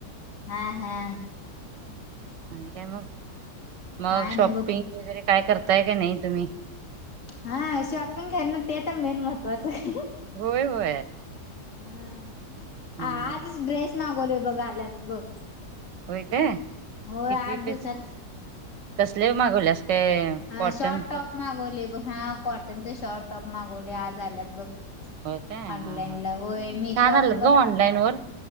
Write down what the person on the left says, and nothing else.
हा हा
काय
नाही बघ
हा शॉपिंग कर ना ते तर मेन महत्त्वाचं आहे.
हम
आजच ड्रेस मागवले बघा आल्यात बघ.
होय
आठ दिवसात
अ
शॉर्ट टॉप
मागवले बघ हा कॉटनचे शॉर्ट टॉप मागवले आज आल्यात बघ.
ऑनलाईन
ला होय मी
शॉप
व